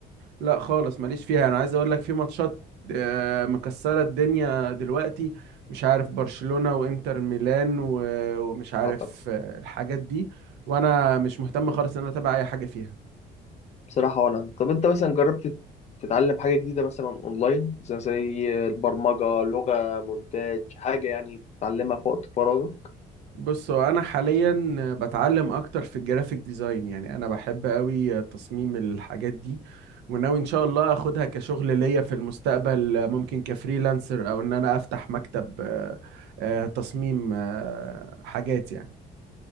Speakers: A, on the right; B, on the left.
A: لا خالص ماليش فيها انا عايز اقول لك في ماتشات آه، مكسرة الدنيا دلوقتي مش عارف برشلونة وانتر ميلان و- ومش عارف
B: اعتقد
A: آه، الحاجات دي وانا مش مهتم خالص ان انا اتابع اي حاجة فيها
B: بصراحة ولا أنا. طب أنت مثلا جربت تتعلم حاجة جديدة مثلا أونلاين زي زي البرمجة لغة مونتاج حاجة يعني تتعلمها في وقت فراغك
A: بص هو انا حاليا بتعلم اكتر في الجرافيك ديزاين يعني انا بحب قوي تصميم الحاجات دي وناوي ان شاء الله اخدها كشغل ليا في المستقبل آه، ممكن كفريلانسر او ان انا افتح مكتب آه، آه، تصميم آه، حاجات يعني